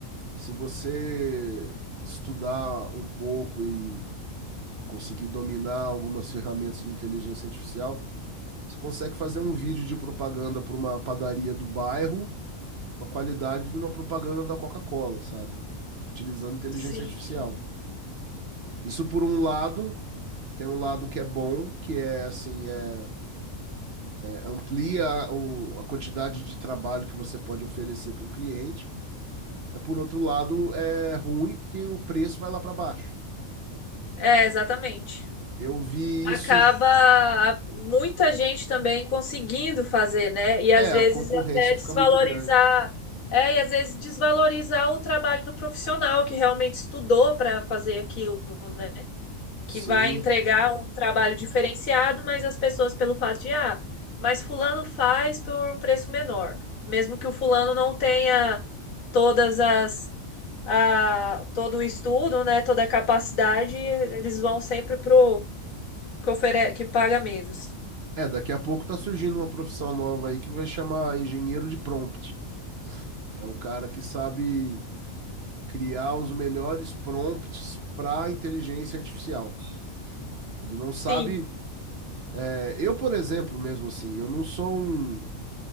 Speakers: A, on the right (about 55°); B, on the left (about 75°).
A: se você estudar um pouco e conseguir dominar algumas ferramentas de inteligência artificial, você consegue fazer um vídeo de propaganda para uma padaria do bairro com a qualidade de uma propaganda da Coca-Cola, sabe? Utilizando inteligência
B: Sim.
A: artificial. Isso por um lado, tem um lado que é bom, que é assim, é, amplia o- a quantidade de trabalho que você pode oferecer para um cliente. É, Por outro lado, é ruim porque o preço vai lá para baixo.
B: É, exatamente.
A: Eu vi
B: acaba
A: isso.
B: muita gente também conseguindo fazer, né? E às
A: É,
B: vezes
A: a concorrência
B: até desvalorizar,
A: fica muito grande.
B: é, e às vezes desvalorizar o trabalho do profissional que realmente estudou para fazer aquilo, né?
A: Sim.
B: Que vai entregar um trabalho diferenciado, mas as pessoas pelo fato de, ah, mas fulano faz por um preço menor, mesmo que o fulano não tenha todas as a, todo o estudo, né, toda a capacidade, eles vão sempre pro que ofere... que paga menos.
A: É, daqui a pouco tá surgindo uma profissão nova aí que vai chamar engenheiro de prompt. É o cara que sabe criar os melhores prompts para inteligência artificial. Ele não sabe.
B: Sim.
A: é, eu, por exemplo, mesmo assim, eu não sou um.